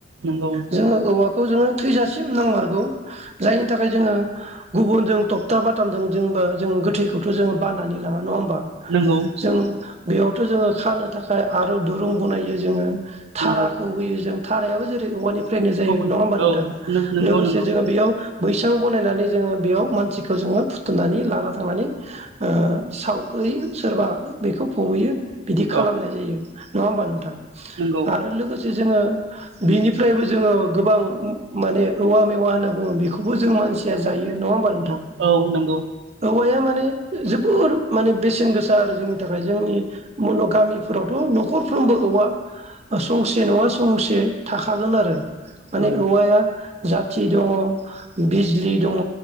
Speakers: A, on the right; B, on the right.
A: नंगौ
B: जोंङो औवा खौ जोंङो थैजासिम नांमारगौ जायनि थाखाय जोंङो गुबुनजों थपथा बाथामजों जों बा जों गोथैखौथ जोंङो बाननानै लांङा नङा होम
A: नंगौ
B: जों बेयाव थ जोंङो खानो थाखाय आरो दुरुं बनायो जोंङो धाराखौ
A: नंगौ
B: होयो जों थारायाबो जेरै औवानि फ्रायनो जायो
A: नंगौ
B: नंङा होमबा नोंथां
A: औ नंगौ
B: लोगोसे
A: नंगौ
B: जोंङो बेयाव बैसां बनायनानै जोंङो बेयाव मानसिखौ जोंङो फुथुनानै लाना थांनानै ओ सावग्रोयो सोरबा बेखौ फबैयो बिदि खालामनाय
A: औ
B: जायो नंङा होमबा नोंथां
A: नंगौ
B: आरो लोगोस जोंङो बेनिफ्रायबो जोंङो गोबां म माने औवा मेवा होनना बुंङो बेखौबो जों मानसिया जायो नंङा होमबा नोंथां
A: औ औ नंगौ
B: औवाया मा बे जोबोर माने बेसेन गोसा आरो जोंनि थाखाय जोंनि मन गामिफोरावथ नखरफ्रोमबो औवा संसे नंङा संसे थाखागोन आरो माने
A: औ
B: औवाया जाथि दंङ बिज्लि दंङ